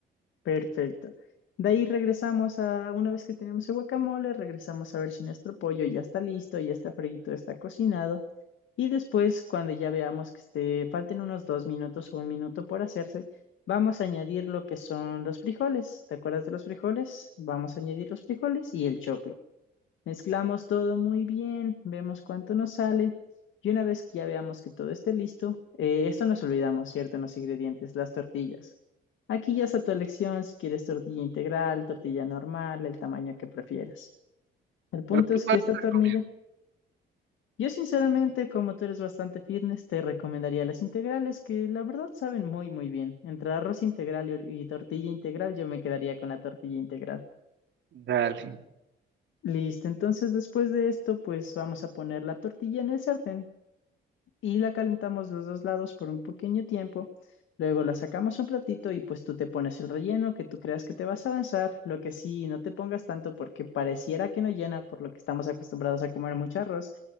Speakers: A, on the left (about 75°); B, on the right (about 65°).
A: Perfecto. De ahí regresamos a, una vez que tenemos el guacamole, regresamos a ver si nuestro pollo ya está listo, ya está frito, está cocinado. Y después, cuando ya veamos que esté, falten unos dos minutos o un minuto por hacerse, vamos a añadir lo que son los frijoles. ¿Te acuerdas de los frijoles? Vamos a añadir los frijoles y el choclo. Mezclamos todo muy bien, vemos cuánto nos sale y una vez que ya veamos que todo esté listo, eh, esto nos olvidamos, ¿cierto? En los ingredientes, las tortillas. Aquí ya es a tu elección si quieres tortilla integral, tortilla normal, el tamaño que prefieras. El punto
B: Pero tú
A: es
B: cuál
A: que esta
B: te
A: tortilla
B: recomiendas?
A: yo sinceramente, como tú eres bastante fitness, te recomendaría las integrales que la verdad saben muy, muy bien. Entre arroz integral y, y tortilla integral, yo me quedaría con la tortilla integral.
B: Dale.
A: Listo, entonces después de esto, pues vamos a poner la tortilla en el sartén y la calentamos los dos lados por un pequeño tiempo. Luego la sacamos a un platito y pues tú te pones el relleno que tú creas que te vas a avanzar. Lo que sí, no te pongas tanto porque pareciera que no llena por lo que estamos acostumbrados a comer mucho arroz,